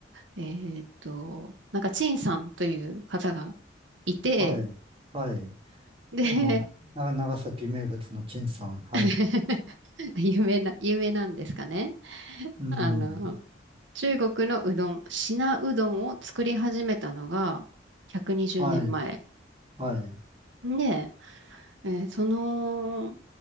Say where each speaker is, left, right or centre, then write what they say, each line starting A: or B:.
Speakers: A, on the right (about 80°); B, on the right (about 30°).
A: えーっと、なんか陳さんという方がいて、
B: はい、はい。
A: で、
B: あの、な、長崎名物の陳さん、はい。
A: <laughs> 有名な、有名なんですかね。
B: うん、
A: あの、中国のうどん、品うどんを作り始めたのが120年前。
B: はい、はい、
A: ねんまえでえーその、